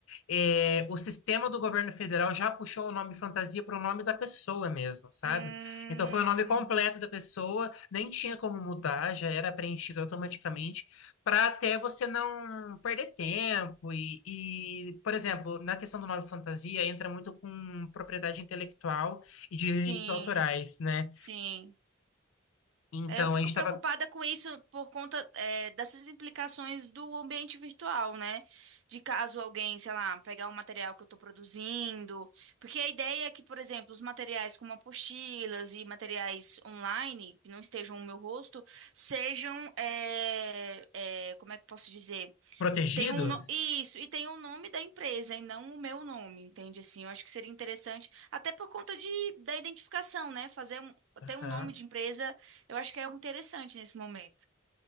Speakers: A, on the left; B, on the right.
A: é, o sistema do governo federal já puxou o nome fantasia para o nome da pessoa mesmo, sabe?
B: Hum,
A: Então foi o nome completo da pessoa, nem tinha como mudar, já era preenchido automaticamente, para até você não perder tempo. E, e, por exemplo, na questão do nome fantasia, entra muito com propriedade intelectual e direitos
B: sim,
A: autorais, né?
B: sim.
A: Então,
B: É, eu fico
A: a gente estava
B: preocupada com isso por conta, é, dessas implicações do ambiente virtual, né? De caso alguém, sei lá, pegar o material que eu estou produzindo. Porque a ideia é que, por exemplo, os materiais como apostilas e materiais online, que não estejam no meu rosto, sejam, é, é, como é que eu posso dizer?
A: protegidos.
B: Tem um, no- isso, e tem o nome da empresa e não o meu nome, entende? Assim, eu acho que seria interessante, até por conta de, da identificação, né? Fazer um,
A: Aham.
B: ter um nome de empresa, eu acho que é interessante nesse momento.